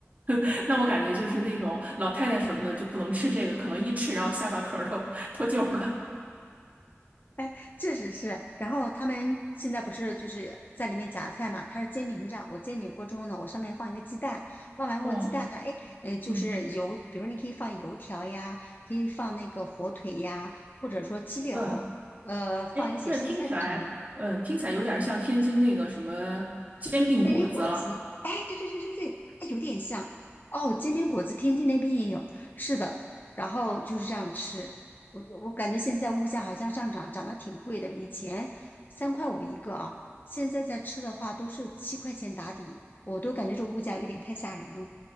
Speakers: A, on the right (about 40°); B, on the left (about 45°).
A: <laughs> 那我感觉就是那种老太太什么的就不能吃这个，可能一吃然后下巴壳儿都脱臼儿了。
B: 哎，确实是。然后他们现在不是就是在里面夹菜嘛？它是煎饼是这样，我煎饼锅之后呢，我上面放一个鸡蛋，放完我鸡蛋呢，
A: 哇，
B: 哎，呃，就是油，
A: 嗯
B: 比如你可以放油条呀，可以放那个火腿呀，或者说鸡柳，
A: 嗯，
B: 呃，放一些蔬菜在上面。
A: 哎，这听起来，嗯，听起来有点像天津那个什么煎饼果子了。
B: 嗯煎饼果子，哎，对对对对对，哎，有点像哦。煎饼果子，天津那边也有，是的。然后就是这样吃，我我感觉现在物价好像上涨，涨得挺贵的。以前三块五一个啊，现在在吃的话都是七块钱打底，我都感觉这物价有点太吓人了。